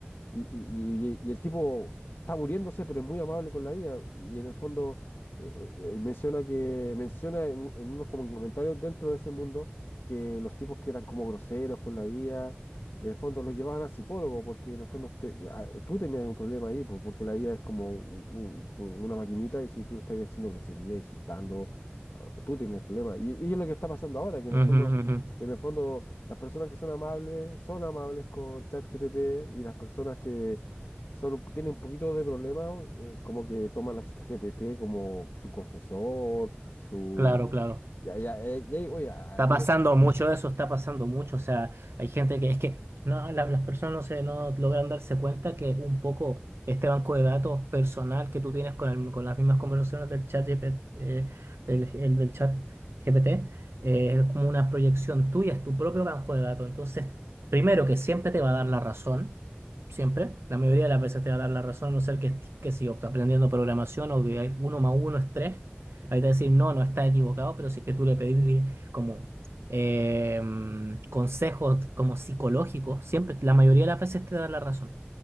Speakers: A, on the left (about 75°); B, on the right (about 80°).
A: Y, y- y- y el tipo está muriéndose, pero es muy amable con la IA. Y en el fondo eh, eh, eh, menciona que menciona en, un- en unos como comentarios dentro de ese mundo que los tipos que eran como groseros con la IA, en el fondo los llevaban al psicólogo, porque en el fondo te- ah, tú tenías un problema ahí, pues, porque la IA es como u- u- u- una maquinita y si tú le estás haciendo grosería, insultando, ah, tú tienes problemas. Y, y es lo que está pasando ahora, que en el
B: Ujú,
A: fondo...
B: ujú, ujú.
A: En el fondo las personas que son amables son amables con ChatGPT y las personas que son, tienen un poquito de problema, eh, como que toman a ChatGPT como su confesor, su...
B: Claro, claro.
A: Ya, ya, eh, ya, oye, a-
B: Está
A: a- tienes-
B: pasando mucho eso, está pasando mucho. O sea, hay gente que es que no, la- las personas no se no logran darse cuenta que un poco este banco de datos personal que tú tienes con, el- con las mismas conversaciones del chat GP, eh, del, el del chat GPT eh, es como una proyección tuya, es tu propio banco de datos. Entonces, primero que siempre te va a dar la razón. Siempre, la mayoría de las veces te va a dar la razón, a no ser que estés, qué sé yo, aprendiendo programación o que hay uno más uno es tres. Ahí te va a decir, no, no está equivocado, pero si es que tú le pedís como eh, consejos como psicológicos, siempre, la mayoría de las veces te da la razón.